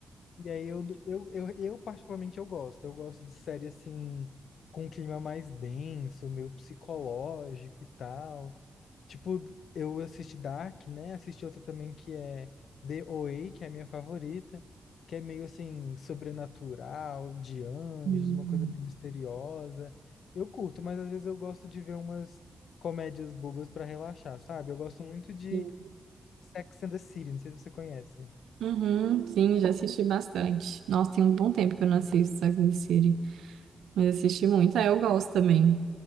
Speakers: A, on the left; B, on the right.
A: E aí eu, eu, eu, eu particularmente eu gosto. Eu gosto de série assim com um clima mais denso, meio psicológico e tal. Tipo, eu assisti Dark, né? Assisti outra também que é The OA, que é a minha favorita, que é meio assim sobrenatural, de anjos,
B: Hum,
A: uma coisa meio misteriosa. Eu curto, mas às vezes eu gosto de ver umas comédias bobas pra relaxar, sabe? Eu gosto muito de
B: Sim,
A: Sex and the City, não sei se você conhece.
B: Uhum, sim, já assisti bastante. Nossa, tem um bom tempo que eu não assisto Sex and the City. Mas assisti muito. Ah, eu gosto também.